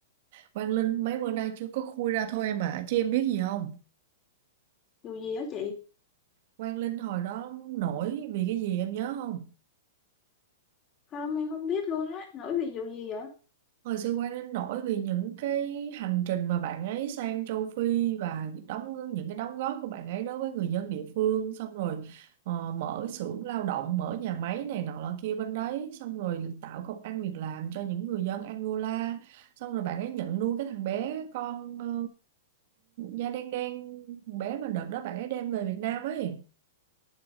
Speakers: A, on the right (about 55°); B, on the left (about 30°).
A: Quang Linh mấy bữa nay chưa có khui ra thôi em ạ chứ em biết gì không
B: dù gì đó chị
A: Quang Linh hồi đó nổi vì cái gì em nhớ không?
B: không em không biết luôn á nổi vì vụ gì vậy
A: Hồi xưa Quang Linh nổi vì những cái hành trình mà bạn ấy sang châu Phi và đóng những cái đóng góp của bạn ấy đối với người dân địa phương xong rồi ờ, mở xưởng lao động, mở nhà máy này nọ lọ kia bên đấy xong rồi tạo công ăn việc làm cho những người dân Angola xong rồi bạn ấy nhận nuôi cái thằng bé con ờ, da đen đen thằng bé mà đợt đó bạn ấy đem về Việt Nam ấy